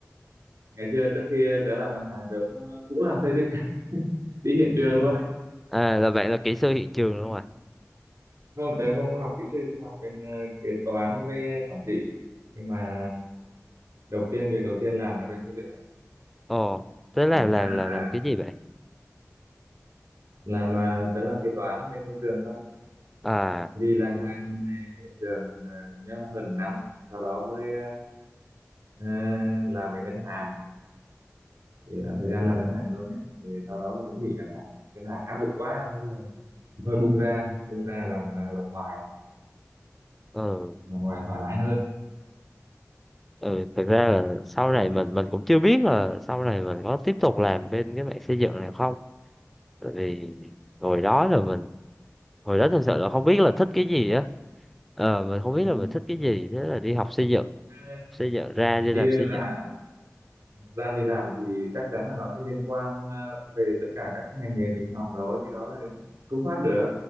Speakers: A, on the right; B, in the centre.
A: ngày xưa trước khi tớ làm ngân hàng tớ cũng cũng làm xây dựng <laughs> đi hiện trường luôn ấy
B: à là vậy là kỹ sư hiện trường
A: Ừ.
B: đúng không ạ
A: không tớ không học kỹ sư tớ học bên ờ, kế toán với ờ, quản trị nhưng mà đầu tiên việc đầu tiên làm là bên xây dựng này.
B: ồ thế là
A: ngày xưa
B: là là
A: à,
B: là cái gì vậy
A: làm à, tớ làm kế toán bên công trường thôi
B: à
A: đi lang thang ờ, hiện trường uh, nhớ hơn năm sau đó mới ờ, ờ, làm về ngân hàng thì là thời gian làm ngân hàng là lâu nhất thì sau đó là cũng nghỉ ngân hàng ngân hàng áp lực quá thế là thôi bung ra bung ra làm à, làm ngoài
B: ừ
A: làm ngoài thoải mái hơn
B: ừ thực ra là sau này mình mình cũng chưa biết là sau này mình có tiếp tục làm bên cái mạng xây dựng này không tại vì hồi đó là mình hồi đó thực sự là không biết là thích cái gì á ờ mình không biết
A: Ừ.
B: là mình thích cái gì thế là đi học xây dựng
A: Ờ,
B: xây dựng ra đi
A: đi
B: làm
A: là
B: xây dựng
A: gian đi làm thì chắc chắn là nó sẽ liên quan ờ, về tất cả các ngành nghề mình học rồi cái đó là không thoát được